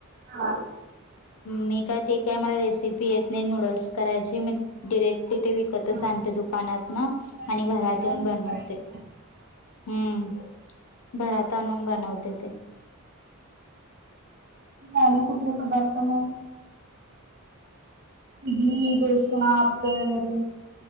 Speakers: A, on the right; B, on the left.
A: हा
B: मी काय ते काय मला रेसिपी येत नाही नूडल्स करायची म डिरेक्टली ते विकतच
A: हा.
B: आणते दुकानातन आणि
A: डाळीची
B: घरात
A: तयारी आणून
B: येऊन बनवते.
A: करायची
B: हम्म घरात आणून बनवते ते
A: आणि कुठले पदार्थ मग इडली, डोसा, आप्पे वगैरे